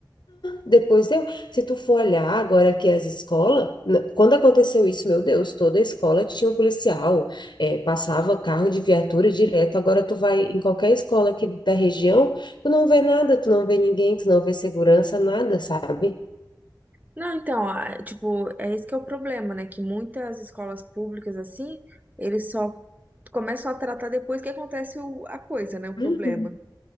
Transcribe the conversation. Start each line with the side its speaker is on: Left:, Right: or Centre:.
Left: Depois deu. Se tu for olhar agora que as escolas, na- quando aconteceu isso, meu Deus, toda a escola tinha um policial, eh, passava carro de viatura direto. Agora tu vai em qualquer escola aqui da região, tu não vê nada, tu não vê ninguém, tu não vê segurança, nada, sabe?
Right: Não, então, ah, tipo, é esse que é o problema, né? Que muitas escolas públicas, assim, eles só começam a tratar depois que acontece o- a coisa, né? O
Left: Uhum.
Right: problema.